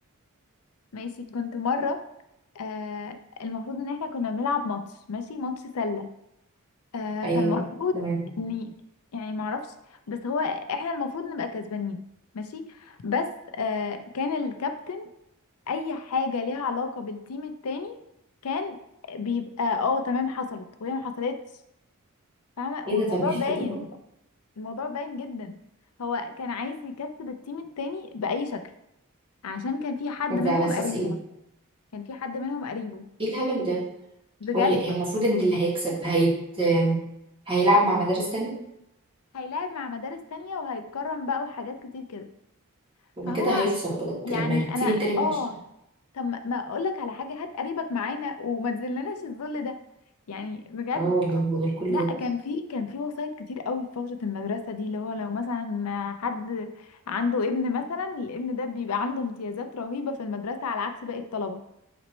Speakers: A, on the left; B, on the right.
A: ماشي كنت مرة آه المفروض ان احنا كنا بنلعب ماتش ماشي ماتش سلة آه
B: ايوه
A: فالمفروض
B: تمام
A: اني يعني معرفش بس هو احنا المفروض نبقى كسبانين ماشي بس آه كان الكابتن اي حاجه ليها علاقه بالتيم التاني كان بيبقى اه تمام حصلت وهي ما حصلتش فاهمه
B: ايه
A: والموضوع
B: ده طبيعي
A: باين
B: كده
A: الموضوع باين جدا هو كان عايز يكسب التيم التاني باي شكل عشان كان في
B: <laughs>
A: حد
B: طب
A: منهم
B: ده على اساس
A: قريبه
B: ايه
A: كان في حد منهم قريبه
B: ايه الهبل ده
A: بجد
B: هو ي- هي المفروض ان اللي هيكسب هيت هيلعب مع مدارس تانية
A: هيلاعب مع مدارس تانية وهيتكرم بقى وحاجات كتير كده
B: لما
A: فهو
B: كده هيخسر بجد
A: يعني
B: لما
A: انا
B: تسيب التاني وحش
A: اه طب ما اقول لك على حاجه هات قريبك معانا وما تذلناش الذل ده يعني بجد
B: اه والله بدل كل
A: لا
B: ده
A: كان في كان في وسايط كتير قوي في فترة المدرسة دي اللي هو لو مثلا حد عنده ابن مثلا الابن ده بيبقى عنده امتيازات رهيبة في المدرسة على عكس باقي الطلبة